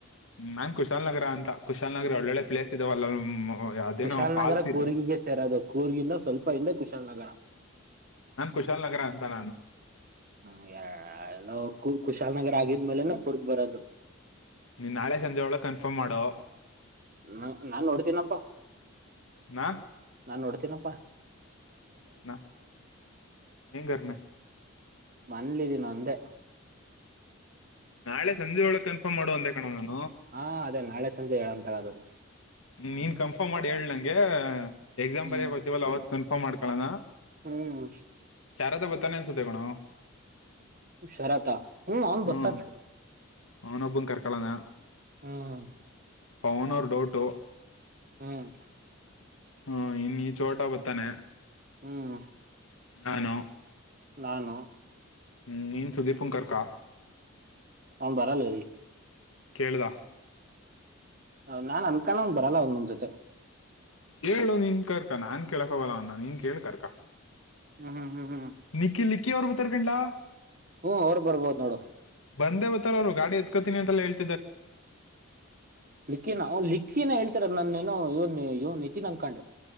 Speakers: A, on the left (about 75°); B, on the right (about 40°).
A: ನಾನ್ ಕುಶಾಾಲ ನಗರ ಅಂತ ಕುಶಾಲ ನಗರ ಒಳ್ಳೊಳ್ಳೆ ಪ್ಲೇಸ್ ಇದಾವಲ್ಲ. ಅದೇನೋ
B: ಕುಶಾಲನಗರ
A: ಫಾಲ್ಸ್
B: ಕೂರ್ಗಿಗೆ
A: ಇದೆ
B: ಸೇರೋದು ಕೂರ್ಗಿಂದ ಸ್ವಲ್ಪ ಹಿಂದೆ ಕುಶಾಲನಗರ.
A: ನಾನ್ ಕುಶಾಲ್ ನಗರ ಅಂತ ನಾನು.
B: ಹ್ಮ ಎರ ಎಲ್ಲೋ ಕು ಕುಶಾಲನಗರ ಆಗಿದ್ಮೇಲೆನೆ ಕುರ್ಗ ಬರೋದು.
A: ನೀನ್ ನಾಳೆ ಸಂಜೆ ಒಳಗೆ ಕನ್ಫರ್ಮ್ ಮಾಡೋ.
B: ನ ನಾನ್ ನೋಡ್ತೀನಪ್ಪಾ
A: ನಾ
B: ನಾನ್ ನೋಡ್ತೀನಪ್ಪಾ.
A: <unintelligible>
B: ಮನೇಲಿ ಇದೇನ ಅಂದೇ.
A: ನಾಳೆ ಸಂಜೆ ಒಳಗೆ ಕನ್ಫರ್ಮ್ ಮಾಡುವಂದೆ ಕಣೋ ನಾನು.
B: ಹಾ ಅದೇ ನಾಳೆ ಸಂಜೆ ಹೇಳಂತರ ಅದದು.
A: ನೀನ್ ಕನ್ಫರ್ಮ್ ಮಾಡಿ ಹೇಳ ನಂಗೆ ಎಕ್ಸಾಮ್
B: ಹ್ಮ್
A: ಬರಯ ಹ್ತಿವಲ್ಲ ಅವತ್ ಕನ್ಫರ್ಮ್ ಮಾಡ್ ಕಳನ
B: ಹ್ಮ್
A: ಚಾರದ ಬತಾನ ಅನ್ ಣ
B: ಶರತ ಹ್ಮ್ ಅವ್ನ್
A: ಹ್ಮ
B: ಬರ್ತಾನೆ
A: ಹ ಅವನ್ ಒಬ್ಬನ್ ಕರ್ ಕೊಳನ.
B: ಹ್ಮ್.
A: ಪೌನವರ್ ಡೌಟ್.
B: ಹ್ಮ್.
A: ಹ್ಮ ಇನ್ ಚೋಟ ಬತಾನೆ.
B: ಹ್ಮ್.
A: ನಾನೋ.
B: ನಾನು.
A: ಹ್ಮ್ ನೀನ್ ಸುದೀಪು ಕರ್ಕಾ.
B: ಹ ಬರಲ್ಲಿ.
A: ಕೇೇಳಿದ.
B: ನಾನ್ ಅನ್ಕೊಂಡಂಗ ಬರಲ್ಲ ಅವ್ ನಮ ಜೊತೆ
A: ಹೇಳು ನೀನ್ ಕರ್ಕ ನಾನ್ ಕೇಳಕವಲ್ಲ ಅವನ್ನ ನೀನ್ ಕೇಳಿ ಕರ್ಕ.
B: ಹ್ಮ್ ಹ್ಮ್ ಹ್ಮ್ ಹ್ಮ್
A: ನಕ್ಕಿ ನಕ್ಕಿ ಅವರು ಗತ್ತರ್ಕಂಡಾ.
B: ಹ್ಮ್ ಅವ್ರು ಬರ್ಬೋದು ನೋಡು
A: ಬಂದೇ ಬತ್ತಾರ ಅವರು ಗಾಡಿ ಎತ್ಕೋತೀನಿ ಅಂತೆಲ್ಲ ಹೇಳ್ತಿ.
B: ನಿಿಕ್ಕಿನ ಲಿಕ್ಕಿನ ಎ. ನನ್ನೇನೋ ಇವನ್ ಇವನ್ ನಿತಿ ನನ್ ಕಂಡ.